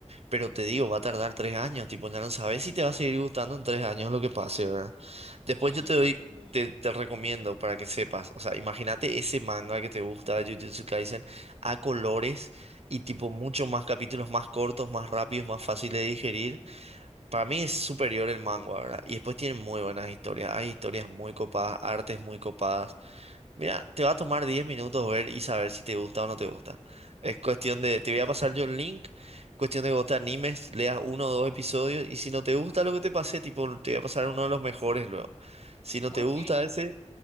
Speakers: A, on the right; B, on the left.
A: pero te digo, va a tardar tres años, tipo, ya no sabes si te va a seguir gustando en tres años lo que pase, ¿verdad? Después
B: Mm,
A: yo te doy,
B: ujú.
A: te, te recomiendo para que sepas, o sea, imagínate ese manga que te gusta de Jujutsu Kaisen a colores y tipo mucho más capítulos más cortos, más rápidos, más fácil de digerir. Para mí es superior el manga, ¿verdad? Y después tienen muy buenas historias, hay historias muy copadas, artes muy copadas. Mira, te va a tomar 10 minutos ver y saber si te gusta o no te gusta. Es cuestión de, te voy a pasar yo el link, cuestión de que vos te animes, leas uno o dos episodios y si no te gusta lo que te pasé, tipo, te voy a pasar uno de los mejores luego. Si no
B: Ok.
A: te gusta ese,